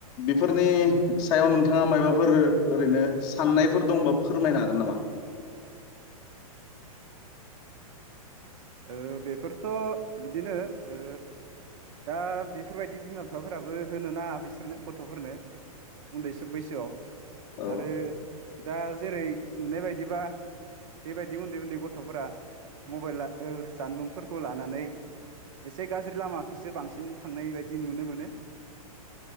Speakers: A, on the left; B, on the right.
A: फोरनि सायाव नोंथाङा माबाफोर ओरैनो साननायफोर दंबा फोरमायनो हागोन नामा?
B: ओ बेफोरथ' बिदिनो ओ दा बेफोरबायदि बिमा बिफाफोराबो होनो नाङा बिसोरनो गथ'फोरनो उन्दैबसो बैसोआव।
A: औ
B: आरो दा जेरै नुनाय बायदिबा बेबायदि उन्दै उन्दै गथ'फोरा मबाइला ओ जानबुंफोरखौ लानानै एसे गाज्रि लामाखैसो बांसिन थांनाय बायदि नुनो मोनो।